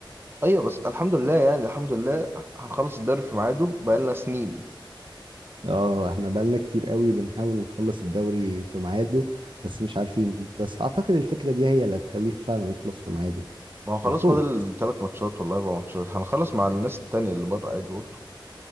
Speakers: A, on the right; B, on the right.
A: ايوه بس الحمد لله يعني الحمد لله هنخلص الدوري في ميعاده بقالنا سنين
B: اه احنا بقالنا كتير قوي بنحاول نخلص الدوري في ميعاده بس مش عارفين بس اعتقد الفكره دي هي اللي هتخليه فعلا يخلص في ميعاده
A: ما هو خلاص
B: المفروض
A: فاضل تلات ماتشات ولا اربع ماتشات هنخلص مع الناس التانية اللي بره عادي برضه